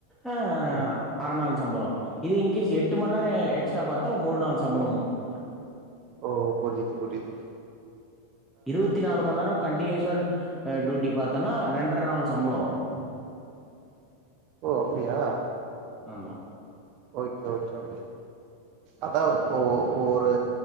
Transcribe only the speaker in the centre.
ஆஹ்
அரை நாள் சம்பளம் இது இன்கேஸ் எட்டு மணி நேரம் எக்ஸ்ட்ரா பாத்தா மூணு நாள் சம்பளமும் வந்துரும்
இருபத்தி நாலு மணி நேரம் கண்டினியூஸா டியூட்டி பாத்தன ரெண்டரை நாள் சம்பளம் வரும்
ஆமா